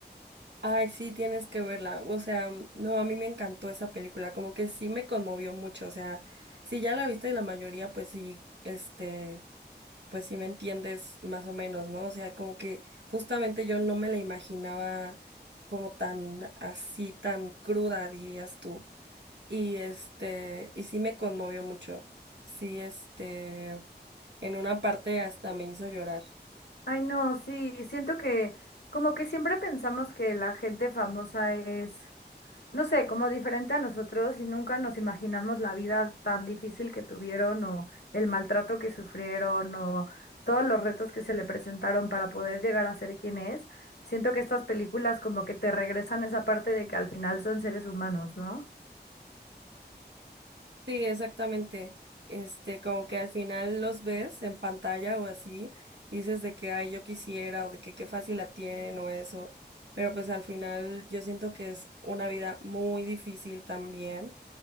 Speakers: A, on the right; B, on the left.
A: Ay, sí, tienes que verla. O sea, no, a mí me encantó esa película, como que sí me conmovió mucho. O sea, si ya la viste y la mayoría, pues sí, este, pues si me entiendes más o menos, ¿no? O sea, como que justamente yo no me la imaginaba como tan así, tan cruda, dirías tú. Y este, y sí me conmovió mucho. Sí, este, en una parte hasta me hizo llorar.
B: Ay, no, sí, siento que como que siempre pensamos que la gente famosa es no sé, como diferente a nosotros y nunca nos imaginamos la vida tan difícil que tuvieron o el maltrato que sufrieron o todos los retos que se le presentaron para poder llegar a ser quien es. Siento que estas películas como que te regresan esa parte de que al final son seres humanos, ¿no?
A: Sí, exactamente. Este, como que al final los ves en pantalla o así, dices de que, ay, yo quisiera, o de que qué fácil la tienen o eso, pero pues al final yo siento que es una vida muy difícil también